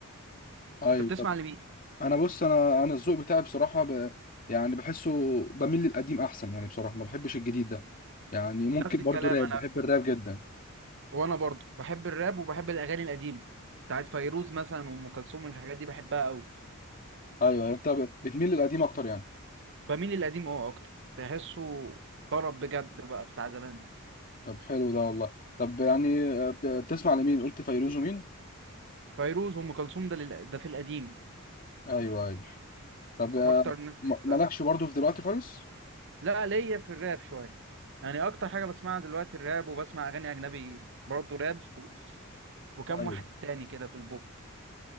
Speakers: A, on the left (about 40°); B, on the right (about 60°).
A: ايوه
B: أنت بتسمع
A: طب
B: لمين؟
A: انا بص انا انا الذوق بتاعي بصراحه ب... يعني بحسه بميل للقديم احسن يعني بصراحه ما بحبش الجديد ده يعني ممكن
B: نفس الكلام
A: برضو راب
B: أنا
A: بحب الراب جدا
B: وأنا برضه بحب الراب وبحب الأغاني القديمة بتاعت فيروز مثلا وأم كلثوم الحاجات دي بحبها أوي
A: ايوه يعني انت ب- بتميل للقديم اكتر يعني
B: بميل للقديم أه أكتر بحسه طرب بجد بقى بتاع زمان ده
A: طب حلو ده والله طب يعني آه، ب- بتسمع لمين قلت فيروز ومين
B: فيروز وأم كلثوم ده لل... ده في القديم
A: ايوه ايوه طب آه،
B: أكتر ناس
A: ما-
B: بحبها
A: مالكش برضو في دلوقتي خالص
B: لا ليا في الراب شوية يعني أكتر حاجة بسمعها دلوقتي الراب وبسمع أغاني أجنبي برضه راب و- وكم
A: ايوه
B: واحد تاني كده في البوب